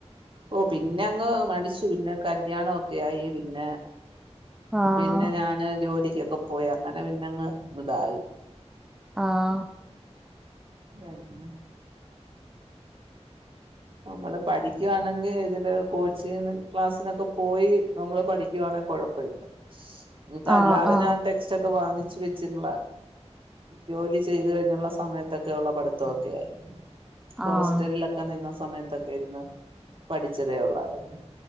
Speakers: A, on the right; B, in the centre.
A: ഓഹ് പിന്നെ അങ്ങ് മടിച്ചു പിന്നെ കല്യാണ ഒക്കെ ആയി പിന്നെ
B: ആഹ്
A: പിന്നെ ഞാന് ജോലിക്കൊക്കെ പോയി അങ്ങനെ പിന്നെങ് ഇതായി
B: ആഹ്
A: അതന്ന നമ്മള് പഠിക്കുവാണെങ്കി ഇതിന്റെ കോച്ചിങ് ക്ലാസ്സിനൊക്കെ പോയി നമ്മള് പഠിക്കവാണെ കുഴപ്പമില്ല ഇതല്ലാതെ
B: ആഹ് ആഹ്
A: ഞാൻടെ ഉച്ചക്ക് വാങ്ങിച്ച് വെച്ചിട്ടുള്ള ജോലി ചെയ്തു കഴിഞ്ഞുള്ള സമയത്തൊക്കെ ഉള്ള പഠിത്തക്കെ ആയിരുന്നു ഹോസ്റ്റലിലൊക്കെ
B: ആഹ്
A: നിന്ന സമയത്തൊക്കെ ഇരുന്ന് പഠിച്ചതേ ഉള്ളയിരുനു